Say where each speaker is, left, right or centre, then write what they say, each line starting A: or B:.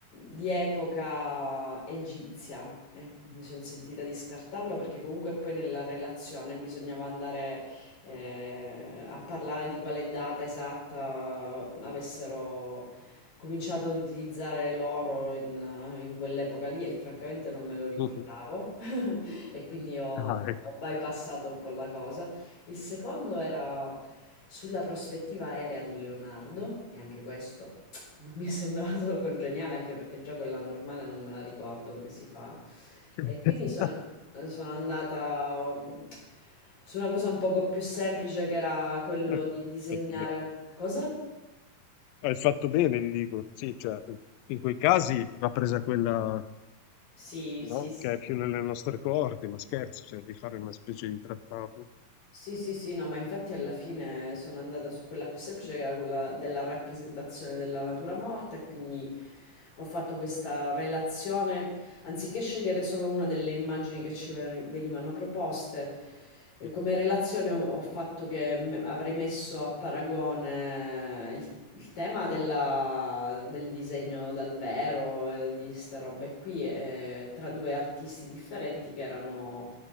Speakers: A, on the left; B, on the left.
A: di epoca egizia. Eh, mi sono sentita di scartarlo perché comunque poi nella relazione bisognava andare eh, a parlare di quale data esatta avessero cominciato ad utilizzare l'oro in, eh, in quell'epoca lì e francamente non me lo ricordavo
B: Mhm.
A: <laughs> e quindi ho,
B: Ah, ecco.
A: ho bypassato un po' la cosa. Il secondo era sulla prospettiva aerea di Leonardo e anche questo non mi è sembrato <laughs> congeniale anche perché già quella normale non me la ricordo come si fa.
B: <laughs>
A: E quindi sono, sono andata um, su una cosa un poco più semplice che era quello
B: Eh,
A: di disegnare...
B: fatto bene.
A: Cosa?
B: Hai fatto bene, dico, sì, cioè, in quei casi va presa quella,
A: Sì, sì,
B: no?
A: sì.
B: Che è più nelle nostre coorte, ma scherzi, cioè di fare una specie di trattato.
A: Sì, sì, sì, no, ma infatti alla fine sono andata su quella più semplice, che era quella della rappresentazione della natura morta, e quindi ho fatto questa relazione, anziché scegliere solo una delle immagini che ci ven- venivano proposte, eh,
B: Mm.
A: come relazione ho ho fatto che m- avrei messo a paragone il, il tema della- del disegno dal vero, eh, di queste robe qui, eh, tra due artisti differenti che erano